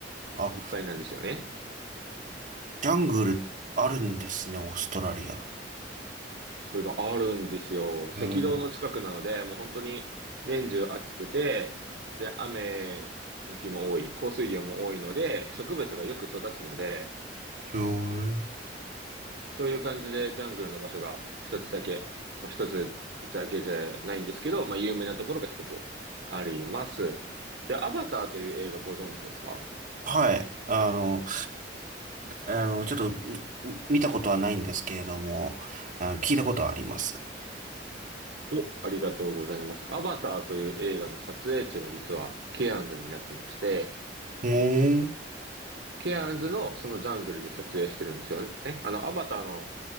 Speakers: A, on the right; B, on the right.
A: あ、
B: いっぱいなんですよね。
A: ジャングルあるんですね、オーストラリア。
B: それがあるんですよ。赤道の近くなので、
A: へー
B: もう本当に年中暑くて、で、雨の日も多い、降水量も多いので、植物がよく育つので、
A: へー
B: そういう感じでジャングルの場所が一つだけ、まあ、一つだけじゃないんですけど、まあ、有名なところが一つあります。で、アバターという映画ご存知ですか
A: はい。あの、あの、ちょっとみ見たことはないんですけれども、あ聞いたことはあります。
B: お、ありがとうございます。アバターという映画の撮影地が実はケアンズになってまして、
A: うーん。
B: ケアンズのそのジャングルで撮影してるんですよね。あの、アバターの、